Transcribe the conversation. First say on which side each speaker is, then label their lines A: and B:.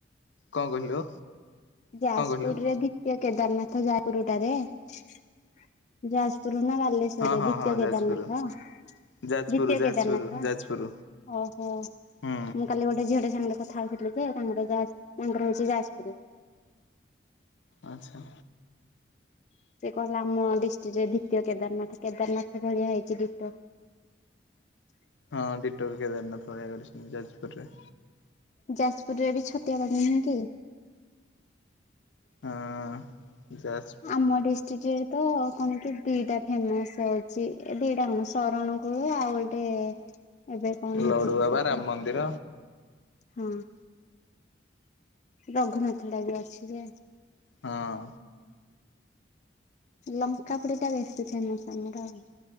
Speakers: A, on the left; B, on the left.
A: କଣ କହିଲୁ।
B: ଯାଜପୁର
A: କଣ କହିଲୁ
B: ରେ ବି କେଦାରନାଥ ଯାଜପୁର ଟାରେ ଯାଜପୁର ନା ବାଲେଶ୍ୱର।
A: ହଁ
B: ରେ
A: ହଁ
B: ଦ୍ୱିତୀୟ
A: ହଁ
B: କେଦାନନାଥ
A: ଯାଜପୁର।
B: ଦ୍ୱିତୀୟ
A: ଯାଜପୁର ଯାଜପୁର
B: କେଦାନଥ।
A: ଯାଜପୁର
B: ଓହୋ।
A: ହୁଁ
B: ମୁଁ କାଲି ଗୋଟେ ଝିଅଟେ ସାଙ୍ଗରେ କଥା ହଉଥିଲି ଯେ ତାଙ୍କର ଯା ତାଙ୍କର ହଉଛି ଯାଜପୁର।
A: ଆଚ୍ଛା।
B: ସେ କହିଲ ଆମ ଡିଷ୍ଟ୍ରିକ୍ଟରେ ଦ୍ୱିତୀୟ କେଦାରନାଥ କେଦାରନାଥ ଭଳିଆ ହେଇଛି ଡିଟୋ। <inaudible>
A: ହଁ ଡିଟୋ ବି କେଦାରନାଥ ଭଳିଆ କରିଛନ୍ତି ଯାଜପୁର ରେ।
B: ଯାଜପୁରରେ ଏ ବି ଛତିଆ ବାଗ ନାଁ କି।
A: ହଁ। ଯାଜ
B: ଆମ ଡିଷ୍ଟ୍ରିକଟ ରେ ତ କଣ କି ଦିଟା ଫେମସ ହଉଛି ଏ ଦିଟା କଣ ଶରଣ କୂଳ ଆଉ ଗୋଟେ। ଏବେ କଣ ହେଇଛି
A: ଲଡୁବାବା
B: କି ସେଟା
A: ରାମ ମନ୍ଦିର
B: ହଁ ରଘୁନାଥ ଟା ବି ଅଛି ଯେ
A: ହଁ।
B: ଲଙ୍କା ପୁଡି ଟା ବେଶୀ ଫେମସ ଆମର।